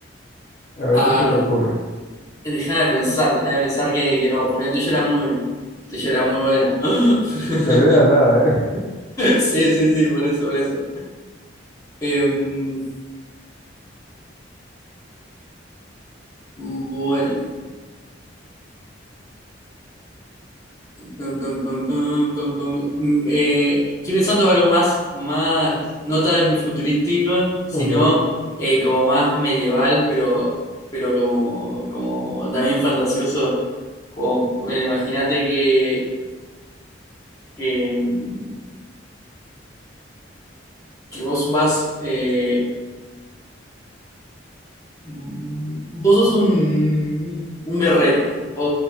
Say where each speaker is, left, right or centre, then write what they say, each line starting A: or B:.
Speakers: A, on the left (about 50°); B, on the left (about 20°).
A: a ver
B: A
A: qué se
B: ver,
A: te ocurre.
B: deja de pensar, deja de pensar que, que no, porque el tuyo era muy, el tuyo era muy bueno. <laughs>
A: Y te lee de la nada, ¿eh? <laughs>
B: Sí, sí, sí, por eso, por eso. Em, bueno. Pum, pum, pum, pum, pum, pum. Mm, eh, estoy pensando en algo más, más, no tan futurístico, sino
A: Ok,
B: eh, como más medieval, pero, pero como, como también fantasioso. Como, bueno, imagínate que, que, mm, que vos vas, eh, vos sos un, un guerrero o,